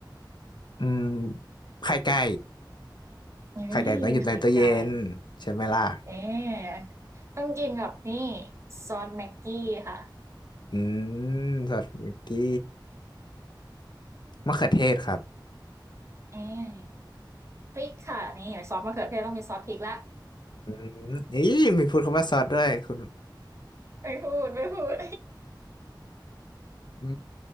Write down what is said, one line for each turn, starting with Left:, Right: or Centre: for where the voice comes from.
Left: อืมไข่ไก่
Right: นี่
Left: ไข่ไก่ต้องอยู่ในตู้เย็น
Right: ไข่ไก่
Left: ใช่ไหมล่ะ
Right: เอ๊ะต้องกินกับนี่ซอสแม็กกี้ค่ะ
Left: อืมสอดมิกกี้มะเขือเทศครับ
Right: เอ๊ะพริกค่ะนี่ซอสมะเขือเทศต้องมีซอสพริกละ
Left: อืมนี่มีพูดคำว่าซอสด้วยคุณ
Right: ไม่พูดไม่พูด
Left: อื